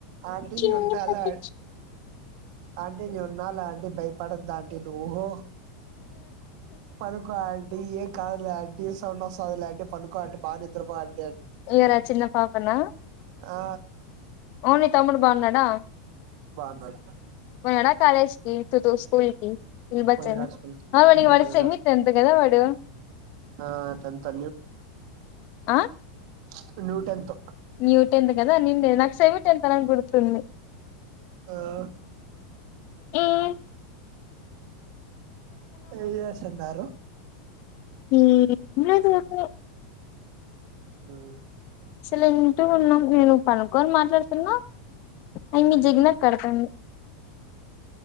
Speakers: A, on the right (about 60°); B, on the left (about 50°).
A: ఆంటీ
B: చిన్ని
A: నేను ఉంటాలే
B: పట్టి
A: ఆంటీ నేనున్నారులే ఆంటీ భయపడక్ ఏంద్ ఆంటీ నువ్వూ పనుకో ఆంటీ ఏం కాదులే ఆంటీ సౌండ్ వస్తాదిలే ఆంటీ పనుకో అంటే బాగా నిద్రపోవాలి
B: ఏరా చిన్న పాపనా
A: ఆ
B: ఓన్లీ తమ్ముడు బాగున్నాడా
A: బాగున్నాడు
B: మేడార్ కాలేజ్ కి తూ తూ స్కూల్ కి వినబచ్చేన
A: పోయినాడు స్కూల్ కి
B: ఆ మడి వాడు
A: పోయినాడు
B: సెమి తెంతు కదా వాడు
A: ఆ టెన్త్
B: ఆ.
A: ఇప్పుడు న్యూ టెన్త్
B: న్యూ టెన్త్ కదా అనిండేది నాకు సేమీ టెన్త్ అనేంది గుర్తుంది.
A: ఆ
B: ఉమ్
A: ఏం ఏస్సుండారు
B: ఉమ్ లేదు ఊరికనే
A: ఉమ్
B: సైలెంట్ గున్నాం నేను పనుక్కొని మాట్లాడుతున్నా అయి మీ జగనక్క కడుతుంది